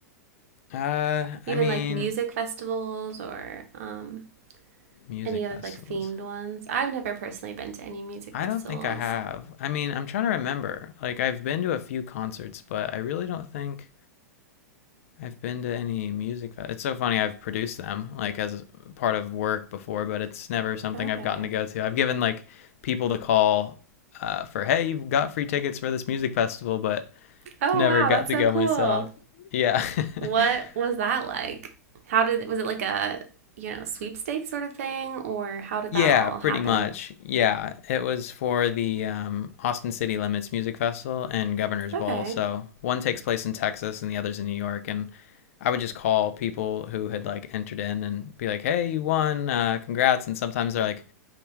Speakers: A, on the left; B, on the right.
A: Uh,
B: Even
A: I mean,
B: like music festivals or um
A: music
B: any other
A: festivals.
B: like themed ones? I've never personally been to any music
A: I
B: festivals.
A: don't think I have. I mean, I'm trying to remember. Like I've been to a few concerts, but I really don't think I've been to any music. Fe- it's so funny. I've produced them like as part of work before, but it's never something
B: Okay.
A: I've gotten to go to. I've given like people to call uh, for, hey, you've got free tickets for this music festival, but
B: Oh,
A: never
B: wow,
A: got
B: that's
A: to
B: so
A: go
B: cool.
A: myself. Yeah. <laughs>
B: What was that like? How did was it like a you know sweepstakes sort of thing, or how did
A: Yeah,
B: that all
A: pretty
B: happen?
A: much. Yeah, it was for the um, Austin City Limits Music Festival and Governor's
B: Okay.
A: Ball. So one takes place in Texas and the other's in New York. And I would just call people who had like entered in and be like, "Hey, you won! Uh, congrats!" And sometimes they're like,